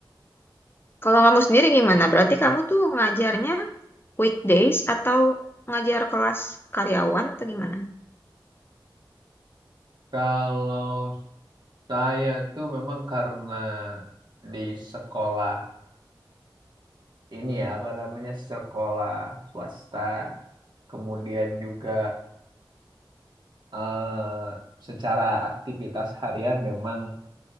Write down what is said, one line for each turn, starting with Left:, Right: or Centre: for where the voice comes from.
Left: kalau kamu sendiri gimana berarti kamu tuh ngajarnya weekdays atau ngajar kelas karyawan atau gimana
Right: Kalau saya tuh memang karena di sekolah ini ya, apa namanya, sekolah swasta, kemudian juga eh, secara aktivitas harian memang